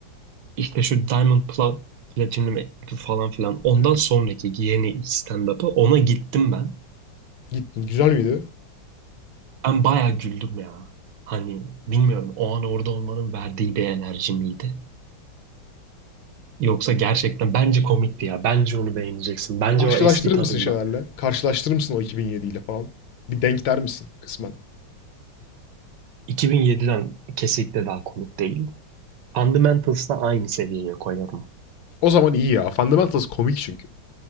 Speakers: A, on the right; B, on the left.
A: İşte şu Diamond Pla Platinum falan filan. Ondan
B: Evet.
A: sonraki yeni stand-up'ı ona gittim ben.
B: Gittin. Güzel miydi?
A: Ben bayağı güldüm ya. Hani bilmiyorum o an orada olmanın verdiği bir enerji miydi? Yoksa gerçekten bence komikti ya. Bence onu beğeneceksin. Bence
B: Karşılaştırır
A: o eski tadında.
B: mısın şeylerle? Karşılaştırır mısın o 2007 ile falan? Bir denk der misin kısmen?
A: 2007'den kesinlikle daha komik değil. Fundamentals'la aynı seviyeye koyarım.
B: O zaman iyi ya. Fundamentals komik çünkü.